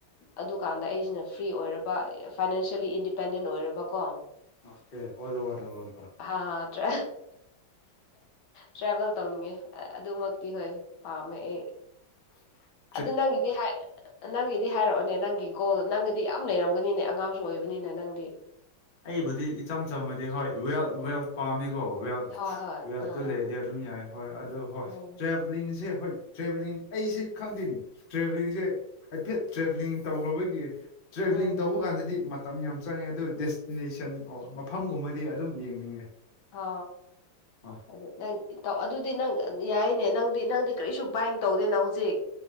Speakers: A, on the left; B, on the left.
A: ꯑꯗꯨꯀꯥꯟꯗ ꯑꯩꯁꯤꯅ ꯐ꯭ꯔꯤ ꯑꯣꯏꯔꯕ ꯐꯥꯏꯅꯥꯟꯁꯤꯦꯜꯂꯤ ꯏꯟꯗꯤꯄꯦꯟꯗꯦꯟ ꯑꯣꯏꯔꯕꯀꯣ
B: okay all over the world
A: ꯍꯥꯥꯠꯇ ꯇ꯭ꯔꯦꯚꯦꯜ ꯇꯧꯅꯤꯡꯉꯦ ꯑꯗꯨꯃꯛꯇꯤ ꯍꯣꯏ ꯄꯥꯝꯃꯦ ꯑꯩ
B: <inaudible>
A: ꯑꯗꯨ ꯅꯪꯒꯤꯗꯤ ꯍꯥꯏ ꯅꯪꯒꯤꯗꯤ ꯍꯥꯏꯔꯛꯑꯣꯅꯦ ꯅꯪꯒꯤ ꯒꯣꯜ ꯅꯪꯒꯤꯗꯤ ꯌꯥꯝ ꯂꯩꯔꯝꯒꯅꯤꯅꯦ ꯑꯉꯥꯡꯁꯨ ꯑꯣꯏꯕꯅꯤꯅ ꯅꯪꯗꯤ
B: ꯑꯩꯕꯨꯗꯤ ꯏꯆꯝ ꯆꯝꯃꯗꯤ ꯍꯣꯏ ꯋꯦꯜ ꯋꯦꯜ ꯄꯥꯝꯃꯤꯀꯣ ꯋꯦꯜ
A: ꯍꯣꯏ ꯍꯣꯏ
B: ꯋꯦꯜꯇꯨ
A: ꯎꯝ
B: ꯗꯤ ꯑꯗꯨꯝ ꯌꯥꯏ ꯍꯣꯏ ꯑꯗꯣ ꯍꯣꯏ
A: ꯎꯝ
B: ꯇ꯭ꯔꯦꯕꯂꯤꯡꯁꯦ ꯍꯣꯏ ꯇ꯭ꯔꯦꯕꯦꯂꯤꯡ ꯑꯩꯁ ꯈꯪꯗꯣꯏꯅꯤ ꯇ꯭ꯔꯦꯕꯦꯂꯤꯡꯁꯦ ꯍꯥꯏꯐꯦꯠ ꯇ꯭ꯔꯦꯕꯦꯂꯤꯡ ꯇꯧꯈ꯭ꯔꯕꯒꯤ ꯇ꯭ꯔꯦꯚꯦꯂꯤꯡ
A: ꯎꯝ
B: ꯇꯧꯕ ꯀꯥꯟꯗꯗꯤ ꯃꯇꯝ ꯌꯥꯝ ꯆꯪꯉꯦ ꯑꯗꯨꯗꯤꯁ ꯗꯦꯁꯇꯤꯅꯦꯁꯟ ꯑꯣ ꯃꯐꯝꯒꯨꯝꯕꯗꯤ ꯑꯗꯨꯝ ꯌꯦꯡꯅꯤꯡꯉꯦ
A: ꯑ
B: ꯍꯣꯏ
A: ꯑꯗꯨ ꯇꯧ ꯑꯗꯨꯗꯤ ꯅꯪ ꯌꯥꯏꯅꯦ ꯅꯪꯗꯤ ꯅꯪꯗꯤ ꯀꯔꯤꯁꯨ ꯕꯥꯏꯟ ꯇꯧꯗꯦꯅ ꯍꯧꯖꯤꯛ